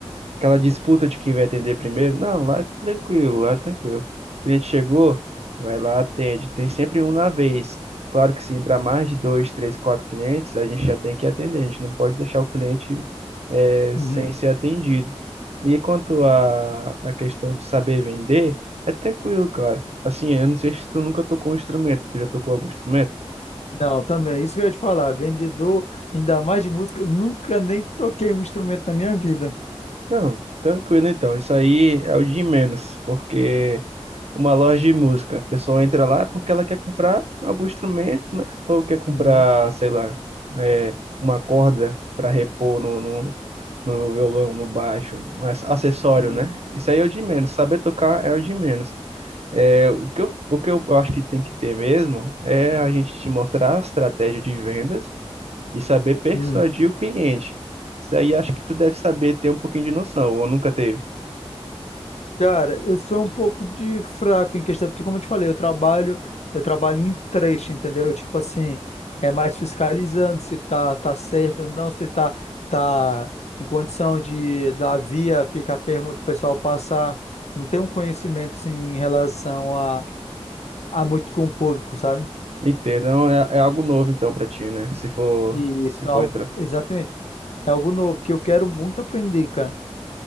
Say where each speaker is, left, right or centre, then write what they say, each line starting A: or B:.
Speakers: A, on the right; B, on the left.
A: aquela disputa de quem vai atender primeiro. Não, lá é tranquilo, lá é tranquilo. O cliente chegou, vai lá, atende. Tem sempre um na vez. Claro que se entrar mais de dois, três, quatro clientes, a gente já tem que atender. A gente não pode deixar o cliente eh,
B: Uhum.
A: sem ser atendido. E quanto à à questão de saber vender, é tranquilo, cara. Assim, eu não sei se tu nunca tocou um instrumento. Tu já tocou algum instrumento?
B: Não, também, é isso que eu ia te falar. Vendedor, ainda mais de música, eu nunca nem toquei um instrumento na minha vida.
A: Não, tranquilo então. Isso aí é o de menos, porque uma loja de música, a pessoa entra lá porque ela quer comprar algum instrumento, né? Ou quer comprar,
B: Uhum.
A: sei lá, é, uma corda para repor no, no, no violão, no baixo, um ac- acessório,
B: Uhum.
A: né? Isso aí é o de menos. Saber tocar é o de menos. É, o que eu, o que eu acho que tem que ter mesmo é a gente te mostrar a estratégia de vendas e saber persuadir
B: Uhum.
A: o cliente. Isso aí acho que tu deve saber ter um pouquinho de noção, ou nunca teve.
B: Cara, eu sou um pouco de fraco em questão, porque como eu te falei, eu trabalho, eu trabalho em trecho, entendeu? Tipo assim, é mais fiscalizando se tá, tá certo ou não, se tá, tá em condição de da via ficar perma, o pessoal passar, não tem um conhecimento assim, em relação a, a muito com o público, sabe?
A: Entendam, é, é algo novo então pra ti, né? Se for,
B: E
A: se
B: isso
A: for
B: é algo,
A: entrar.
B: exatamente, é algo novo que eu quero muito aprender, cara.